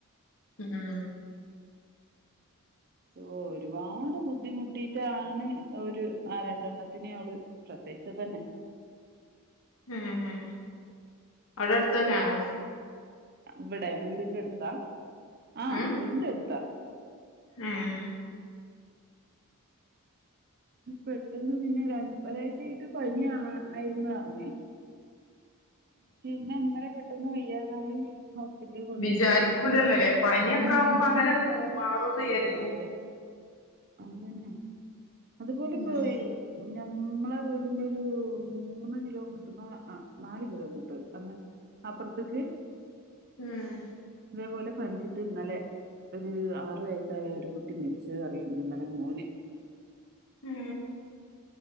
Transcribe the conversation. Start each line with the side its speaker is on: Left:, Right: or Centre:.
Left: ഉ ഉം
Right: ഓഹ് ഒരുപാട് ബുദ്ധിമുട്ടിട്ടാണ് ഒരു ആഹ് രണ്ടെണ്ണത്തിനെ അവള് പ്രസവിച്ചതെന്നെ.
Left: ഉം ഉം അവടെ അട്ത്തെന്നാണൊ?
Right: ഇവടെ വീടിന്റെ അട്ത്താ ആഹ്
Left: ഉം
Right: വീടിന്റെ അട്ത്ത.
Left: ഏഹ്
Right: പെട്ടന്ന് പിന്നെ രൺ ഒരാഴ്ച ആയിട്ട് പനി ആയിര്ന്ന് അർഞ്ഞ് പിന്നെ ഇന്നലെ പെട്ടെന്ന് വയ്യാതായി പിറ്റലി കൊണ്ടോയപ്പത്തേക്ക്
Left: വിചാരിക്കൂലല്ലോല്ലേ പനിയൊക്കെ
Right: ഉം
Left: ആവുമ്പോ അങ്ങനെട് മാറുംന്ന് വിചാരിക്കും
Right: അതെ അതെന്നെ അത്പോലെ
Left: ഉം
Right: പോയി. ഞമ്മ്ളെ വീടിന്റെ ഒരൂ മൂന്ന് കിലോമീറ്റ്ർ ആനാല് കിലോമീറ്റർ അപ്പർത്ത്ക്ക്.
Left: ആഹ്
Right: ഇതേ പോലെ പൻച്ച്ട്ട് ഇന്നലെ ഒര് ആറു വയസ്സായ ഒരു കുട്ടി മരിച്ച് അറീണ്ണ്ട് ഇന്നലെ മോന്.
Left: ഉം